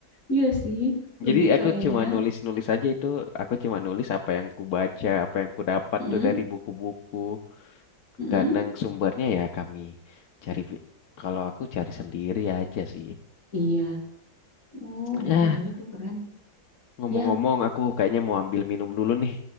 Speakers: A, on the left; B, on the left.
A: Iya sih,
B: Jadi
A: lebih
B: aku
A: kayaknya.
B: cuma nulis-nulis aja itu. Aku cuma nulis apa yang ku baca, apa yang ku dapat
A: Mm-mm,
B: tuh dari buku-buku.
A: mm-mm.
B: Kadang sumbernya ya kami cari. Kalau aku cari sendiri aja sih.
A: Iya. Oh,
B: Ah,
A: boleh boleh tuh keren.
B: ngomong-ngomong
A: Ya,
B: aku kayaknya mau ambil minum dulu nih.